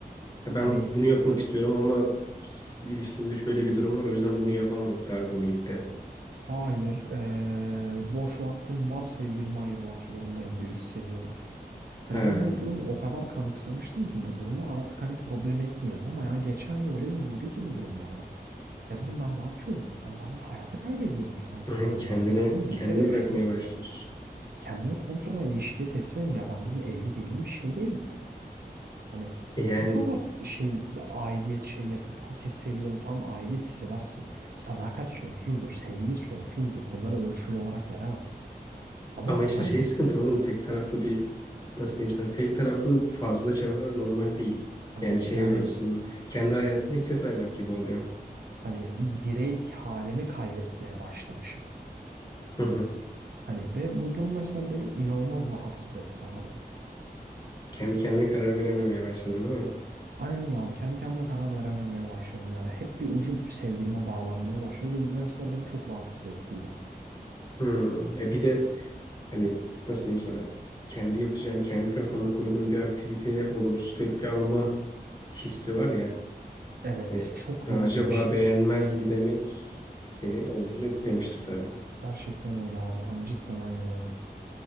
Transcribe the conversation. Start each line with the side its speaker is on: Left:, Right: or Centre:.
Left: ya ben
Right: Hani
Left: bunu yapmak istiyorum ama s- ilişkimde şöyle bir durum var o yüzden bunu yapamam tarzı mı gitti?
Right: hayır e, boş vaktim var sevgilime ayırmak zorundayım gibi hissediyorum. Hani
Left: Ha,
Right: ve bu durumu o kadar kanıksamıştım ki bu durumu artık hani problem etmiyordum ama ya geçen gün öyle bir vurdu ki bu durum bana. Ya dedim ben ne yapıyorum? Hani ben hayatı kaybediyorum şu an dedim
Left: yani
Right: ya
Left: kendini
Right: bir nokta. Ben dedim bir
Left: kendini
Right: kere yaşıyorum.
Left: bırakmaya başlıyorsun.
Right: Kendimi komple ben ilişkiye teslimim ya ben dedim evli değilim bir şey değilim. Hani
Left: E
Right: nasıl
Left: Yani
Right: bu kadar şey ya, aidiyet şey yapıp hissediyorum tam aidiyet hissedersin. Sadakat sonsuzdur, sevgi sonsuzdur. Bunları ölçülü olarak veremezsin. Ama
Left: Ama işte
Right: hani
Left: şey sıkıntı oğlum tek taraflı bir nasıl diyeyim sana tek taraflı fazla çaba normal değil.
Right: hani
Left: Yani şey
Right: yani
Left: açısından kendi hayatını hiçe saymak gibi oluyor.
Right: hani birey halimi kaybetmeye başlamışım.
Left: Hı hı.
Right: Hani ve bu durum mesela beni inanılmaz rahatsız etti abi.
Left: Kendi kendine karar verememeye başladım değil mi?
Right: Aynen öyle abi. Kendi kendime karar verememeye başladım yani. Hep bir ucu sevgilime bağlanmaya başladı. ve Bu mesela beni çok rahatsız ettiydi.
Left: Hı. E bir de hani nasıl diyeyim sana kendi yapacağın kendi kafanda koyduğun bir aktiviteye olumsuz tepki alma hissi var ya
Right: Evet,
Left: hani
Right: çok
Left: ben
Right: yorucu
Left: acaba
Right: bir şey.
Left: beğenmez mi demek seni olumsuz etkilemiştir tabii.
Right: Gerçekten öyle abi. Hani cidden aynen öyle.